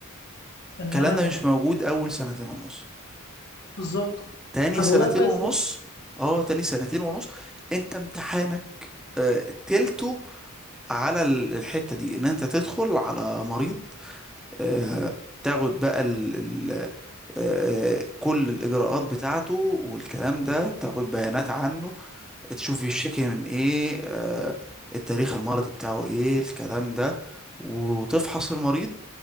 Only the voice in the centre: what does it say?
الكلام ده مش موجود اول سنتين ونص
تاني
سنتين
ونص
اه تاني سنتين ونص انت امتحانك آه تلته على ال- الحتة دي ان انت تدخل على مريض آه، تاخد بقى ال ال آه، آه، كل الإجراءات بتاعته والكلام ده تاخد بيانات عنه تشوف يشتكي من إيه آه، التاريخ المرضي بتاعه إيه الكلام ده وتفحص المريض